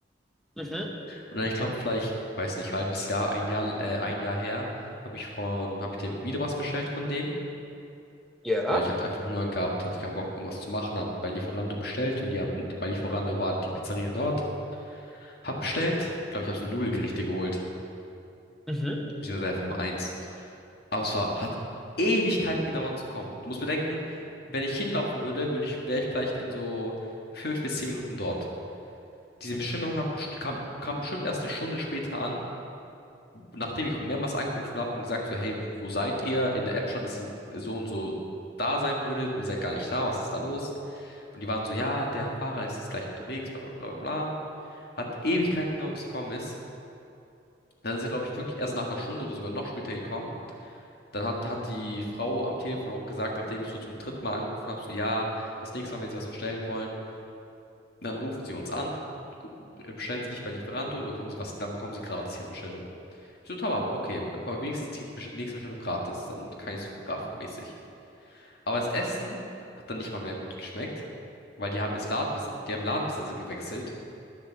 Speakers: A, in the centre; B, on the left.
A: mhm,
B: Und dann ich glaube vielleicht, ich weiß nicht, halbes Jahr, ein Jahr, äh, ein Jahr her, habe ich von, habe ich dir wieder was bestellt von denen.
A: ja,
B: Weil ich hatte einfach Hunger gehabt, hatte keinen Bock, irgendwas zu machen, hab bei Lieferando bestellt und die hatten, bei Lieferando war die Pizzeria dort. Hab bestellt, glaube ich, hab so Nudelgerichte geholt.
A: mhm.
B: Beziehungsweise einfach nur eins. Aber es war, hat Ewigkeiten gedauert zu kommen. Du musst bedenken, wenn ich hinlaufen würde, würde ich, wäre ich vielleicht in so fünf bis zehn Minuten dort. Diese Bestellung hat, best- kam, kam bestimmt erst eine Stunde später an. nachdem ich auch mehrmals angerufen habe und gesagt so, hey, wo, wo seid ihr? In der App stand, dass ihr so und so da sein würdet und ihr seid gar nicht da, was ist da los? Und die waren so, ja, der Fahrer ist jetzt gleich unterwegs, bla bla bla bla. Bla. Hat Ewigkeiten, gedauert, bis er gekommen ist. Dann ist er, glaube ich, wirklich erst nach einer Stunde oder sogar noch später gekommen. Dann hat, hat die Frau am Telefon auch gesagt, nachdem ich so zum dritten Mal angerufen habe, so ja, das nächste Mal, wenn Sie was bestellen wollen, dann rufen Sie uns an, gu- bestellen Sie nicht bei Lieferando, dann bekommen Sie was, dann bekommen Sie gratis Ihre Bestellung. Ich So, tamam, okay. Dann bekomme ich wenigstens die Besch- nächste Bestellung gratis. Dann kann ich so kraftmäßig. Aber das Essen hat dann nicht mal mehr gut geschmeckt, weil die haben jetzt Ladenbesitzer, die haben Ladenbesitzer gewechselt.